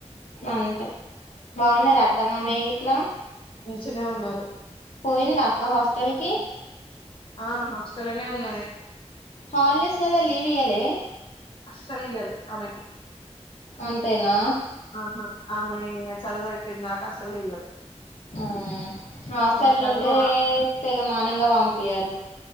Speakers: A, on the left (about 80°); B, on the left (about 45°).
A: అంతే బావున్నారా అత్త మామయ్య గిట్ల
B: నుంచనే ఉన్నారు
A: పోయిందా అక్క హాస్టల్ కి
B: ఆ హాస్టల్నే ఉన్నది.
A: హాలిడేస్ కదా లీవ్ ఇయ్యలే
B: అస్సలు ఇయ్యరు అమెకి
A: అంతేనా
B: ఆహా ఆమె చదువు అయిపోయిందాక అసలు ఇయ్యరు
A: ఆ హాస్టల్లు
B: ఆమె చదువు
A: ఉంటే
B: ఆ
A: తెగ మానంగా పంపీయరు.